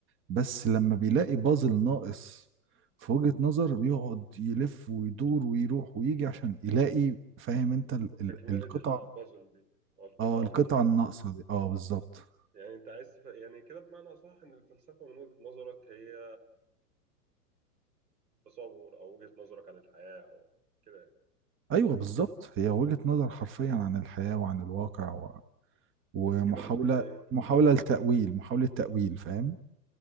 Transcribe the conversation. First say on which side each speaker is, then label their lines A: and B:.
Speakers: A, on the right; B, on the right.
A: بس لما بيلاقي بازل ناقص في وجهة نظر بيقعد يلف ويدور ويروح ويجي عشان يلاقي فاهم انت ال ال
B: تكملة
A: القطع
B: البازل دي أو القطعة
A: اه القطع
B: اللي ناقصة
A: الناقصة دي اه بالظبط
B: يعني أنت عايز تف... يعني كده بمعنى أصح إن الفلسفة من وجهة نظرك هي التصور أو وجهة نظرك عن الحياة أو كده يعني.
A: ايوه بالظبط هي وجهة نظر حرفيا عن الحياة وعن الواقع و- ومحاولة
B: بس كده ب- يعني
A: محاولة لتأويل محاولة تأويل فاهم